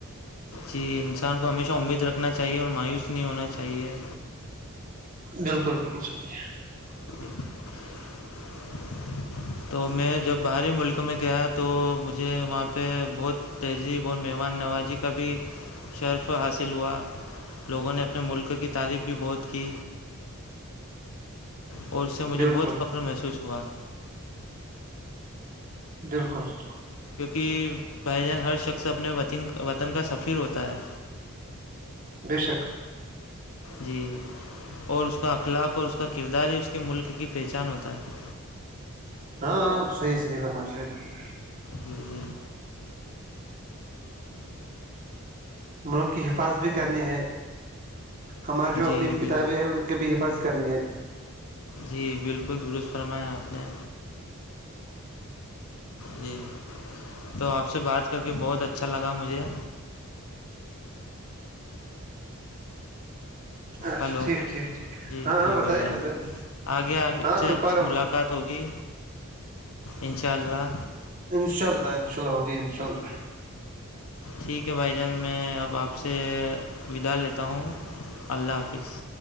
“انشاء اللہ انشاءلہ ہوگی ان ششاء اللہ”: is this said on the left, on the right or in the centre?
Right